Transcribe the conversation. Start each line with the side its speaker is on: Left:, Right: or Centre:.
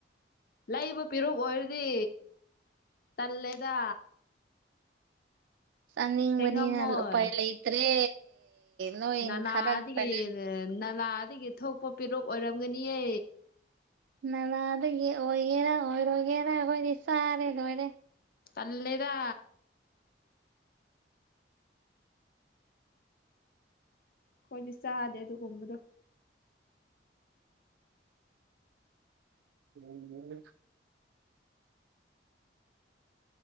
Left: ꯂꯩꯕ ꯄꯤꯔꯨꯞ ꯑꯣꯏꯔꯗꯤ ꯇꯜꯂꯦꯗ
Right: ꯆꯅꯤꯡꯕꯅꯤꯅ
Left: ꯁꯦꯡꯉꯝꯃꯣꯏ
Right: ꯎꯄꯥꯢ ꯂꯩꯇ꯭ꯔꯦ ꯅꯣꯏ
Left: ꯅꯅꯥꯗꯒꯤ
Right: ꯊꯥꯔꯛꯇ꯭ꯔꯒ
Left: ꯅꯂꯥꯗꯒꯤ ꯊꯣꯛꯄ ꯄꯦꯔꯨꯞ ꯑꯣꯏꯔꯝꯒꯅꯤꯌꯦ
Right: ꯅꯂꯥꯗꯒꯤ ꯑꯣꯏꯒꯦꯔꯥ ꯑꯣꯏꯔꯣꯏꯒꯦꯔꯥ ꯑꯈꯣꯏꯗꯤ ꯆꯥꯔꯦ ꯂꯣꯏꯔꯦ
Left: ꯇꯜꯂꯦꯗꯥ ꯈꯣꯏꯗꯤ ꯆꯥꯗꯦ ꯑꯗꯨꯒꯨꯝꯕꯗꯣ
Right: <inaudible>